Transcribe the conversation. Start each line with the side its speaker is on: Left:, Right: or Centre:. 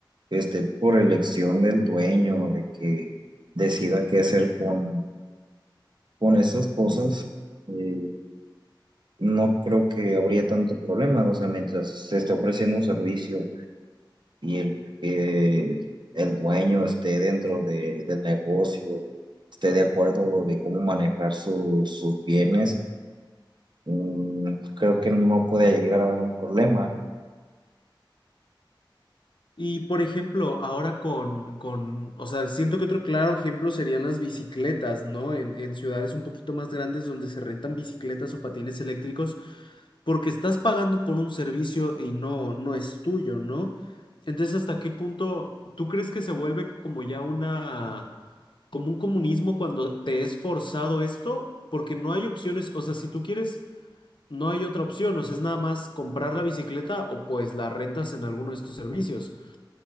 Right: este, por elección del dueño, de que decida qué hacer con, con esas cosas, eh, no creo que habría tanto problema. O sea, mientras se esté ofreciendo un servicio y el, eh, el dueño esté dentro de, del negocio, esté de acuerdo de cómo manejar su- sus bienes, mm, creo que no puede llegar a haber un problema.
Left: Y por ejemplo, ahora con, con, o sea, siento que otro claro ejemplo serían las bicicletas, ¿no? En, en ciudades un poquito más grandes donde se rentan bicicletas o patines eléctricos, porque estás pagando por un servicio y no, no es tuyo, ¿no? Entonces, ¿hasta qué punto tú crees que se vuelve como ya una, como un comunismo cuando te es forzado esto? Porque no hay opciones, o sea, si tú quieres, no hay otra opción, o sea, es nada más comprar la bicicleta o pues la rentas en alguno de estos servicios.